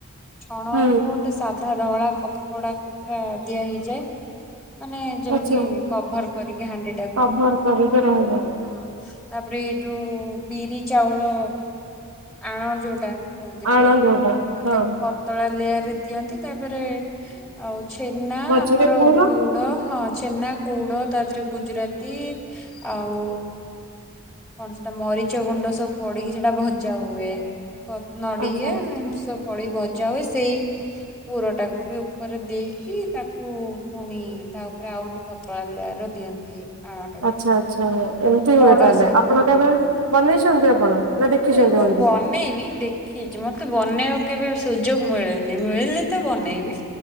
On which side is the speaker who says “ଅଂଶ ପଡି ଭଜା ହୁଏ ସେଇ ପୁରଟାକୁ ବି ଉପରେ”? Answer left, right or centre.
Centre